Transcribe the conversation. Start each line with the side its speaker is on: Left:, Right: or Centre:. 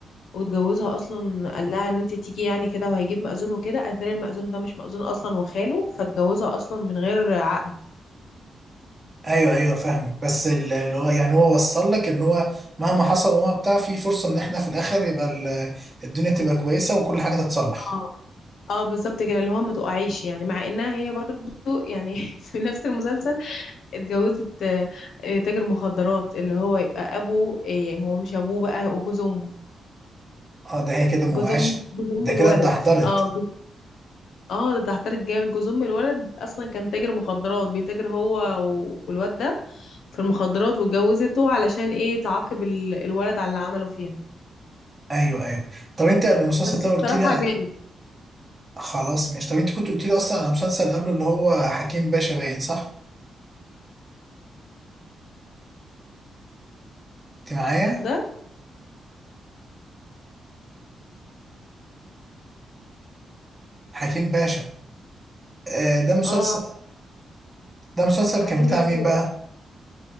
Left: واتجوزها اصلا قال لها ان انت تيجي يعني كده وهيجيب مأذون وكده قالت لي المأذون ده مش مأذون اصلا وخاله فاتجوزها اصلا من غير عقد
Right: ايوه ايوه فاهمك بس ال- اللي هو يعني هو وصل لك ان هو مهما حصل وما بتاع في فرصه ان احنا في الاخر يبقى ال- الدنيا تبقى كويسه وكل حاجه تتصلح
Left: اه اه بالظبط كده اللي هو ما تقعيش يعني مع انها هي برضو يعني <laughs> في نفس المسلسل اتجوزت آه، آه، تاجر مخدرات اللي هو يبقى ابوه إيه هو مش ابوه بقى هو جوز امه
Right: اه ده هي كده موقعش
Left: جوز أم جوز أم
Right: ده
Left: الولد
Right: كده اتدحضرت
Left: اه جوز- اه ده اتهترت جامد جوز أم الولد أصلا كان تاجر مخدرات بيتاجر هو و- والواد ده في المخدرات واتجوزته علشان ايه تعاقب ال- الولد على اللي عمله فيها
Right: ايوه ايوه طب انت قبل المسلسل
Left: بس
Right: ده
Left: بصراحة
Right: قلت لي
Left: جامد
Right: خلاص ماشي طب انت كنت قلت لي اصلا على مسلسل قبله اللي هو حكيم باشا باين صح؟ انت معايا؟
Left: ده
Right: حكيم باشا آه ده مسلسل
Left: اه
Right: ده مسلسل كان
Left: حكيم
Right: بتاع
Left: باشا
Right: مين
Left: حلو
Right: بقى؟
Left: أوي.